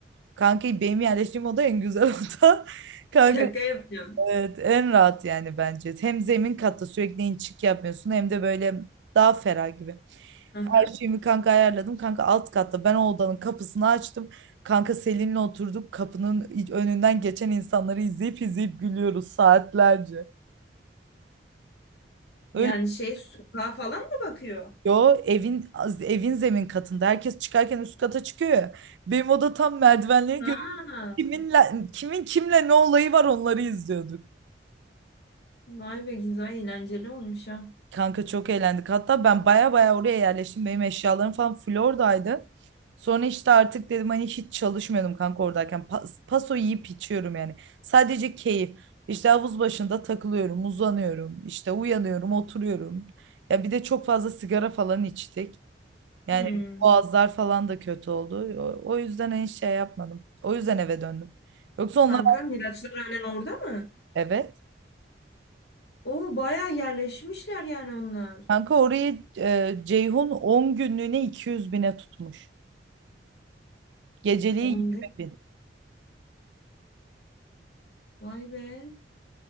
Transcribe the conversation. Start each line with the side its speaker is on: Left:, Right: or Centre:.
Right: Kanka benim yerleştiğim oda en güzel oda. <laughs> Kanka
Left: Şaka yapıyorsun.
Right: Evet, en rahat yani bence. Hem zemin katta sürekli inçik yapmıyorsun hem de böyle daha ferah gibi.
Left: Hı hı.
Right: Her şeyimi kanka ayarladım. Kanka alt katta ben o odanın kapısını açtım. Kanka Selin'le oturduk. Kapının iç- önünden geçen insanları izleyip izleyip gülüyoruz saatlerce. Öyle
Left: Yani şey sokağa falan mı bakıyor?
Right: yo evin az- evin zemin katında. Herkes çıkarken üst kata çıkıyor ya. Benim oda tam merdivenleri
Left: Ha,
Right: görüyor. Kiminle, kimin kimle ne olayı var onları izliyorduk.
Left: vay be Gizo eğlenceli olmuş ha.
Right: Kanka çok eğlendik. Hatta ben baya baya oraya yerleştim. Benim eşyalarım falan Florida'ydı. Sonra işte artık dedim hani hiç çalışmıyordum kanka oradayken. Pas, paso yiyip içiyorum yani. Sadece keyif. İşte havuz başında takılıyorum, uzanıyorum. işte uyanıyorum, oturuyorum. Ya bir de çok fazla sigara falan içtik. Yani
Left: Hmm.
Right: boğazlar falan da kötü oldu. O, o yüzden en şey yapmadım. O yüzden eve döndüm. Yoksa onlar
Left: Kanka Miraçlar halen orada mı?
Right: evet.
Left: Oo bayağı yerleşmişler yani onlar.
Right: Kanka orayı e, Ceyhun 10 günlüğüne 200 bine tutmuş. Geceliği
Left: 10
Right: 20
Left: gün.
Right: bin.
Left: Vay be.